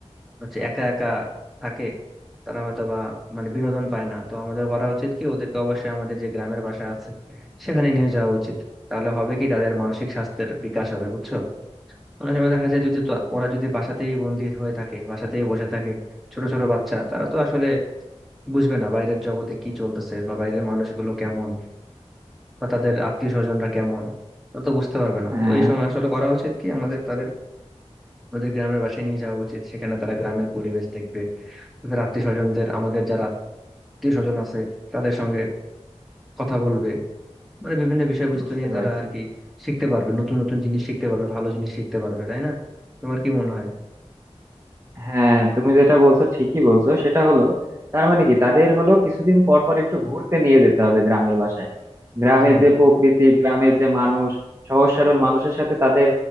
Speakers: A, in the centre; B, on the right.
A: হচ্ছে একা একা থাকে তারা হয়তো বা মানে বিনোদন পায় না তো আমাদের করা উচিত কি ওদেরকে অবশ্যই আমাদের যে গ্রামের বাসা আছে সেখানে নিয়ে যাওয়া উচিত তাহলে হবে কি তাদের মানসিক স্বাস্থ্যের বিকাশ হবে বুঝছো অনেক সময় দেখা যায় যদি তো- ওরা যদি বাসাতেই বন্দি হয়ে থাকে বাসাতেই বসে থাকে ছোট ছোট বাচ্চা তারা তো আসলে বুঝবে না বাইরের জগতে কি চলতেছে বা বাইরের মানুষগুলো কেমন বা তাদের আত্মীয় স্বজনরা কেমন তা তো বুঝতে পারবে না
B: হ্যাঁ
A: তো এই সময় আসলে করা উচিত কি আমাদের তাদের ওদের গ্রামের বাসায় নিয়ে যাওয়া উচিত সেখানে তারা গ্রামের পরিবেশ দেখবে তাদের আত্মীয় স্বজনদের আমাদের যারা আত্মীয় স্বজন আছে তাদের সঙ্গে কথা বলবে মানে বিভিন্ন বিষয়বস্তু
B: বুঝতে
A: নিয়ে
B: পারছি
A: তারা আর কি শিখতে পারবে নতুন নতুন জিনিস শিখতে পারবে ভালো জিনিস শিখতে পারবে তাই না তোমার কি মনে হয়
B: হ্যাঁ তুমি যেটা বলছো ঠিকই বলছো সেটা হলো তার মানে কি তাদের হলো কিছুদিন পর পর একটু ঘুরতে নিয়ে যেতে হবে গ্রামের বাসায় গ্রামের
A: হ্যাঁ
B: যে প্রকৃতি গ্রামের যে মানুষ সহজ সরল মানুষের সাথে তাদের